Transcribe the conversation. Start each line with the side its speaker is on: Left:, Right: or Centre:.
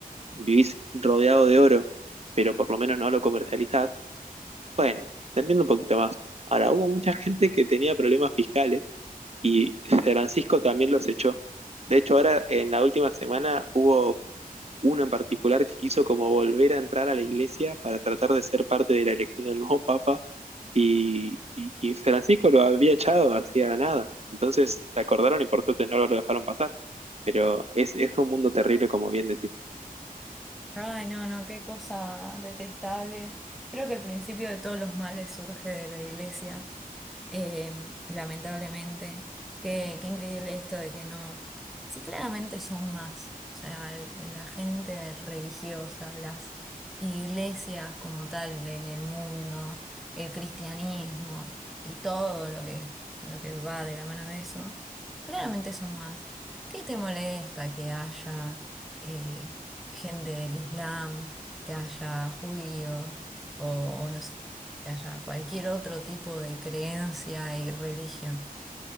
Right: vivís rodeado de oro, pero por lo menos no lo comercializás, bueno, te entiendo un poquito más. Ahora, hubo mucha gente que tenía problemas fiscales y <laughs> Francisco también los echó. De hecho, ahora en la última semana hubo uno en particular que quiso como volver a entrar a la iglesia para tratar de ser parte de la elección del nuevo papa y, y- y Francisco lo había echado hacía nada. Entonces se acordaron y por suerte no lo dejaron pasar. Pero es, es un mundo terrible, como bien decís.
Centre: Ay, no, no, qué cosa detestable. Creo que el principio de todos los males surge de la iglesia. eh, lamentablemente. Qué, qué increíble esto de que no. Sí, claramente son más. O sea, l- la gente religiosa, las iglesias como tal en el mundo, el cristianismo y todo lo que, lo que va de la mano de eso, claramente son más. ¿Qué te molesta que haya eh, gente del Islam, que haya judíos o o no sé? que haya cualquier otro tipo de creencia y religión.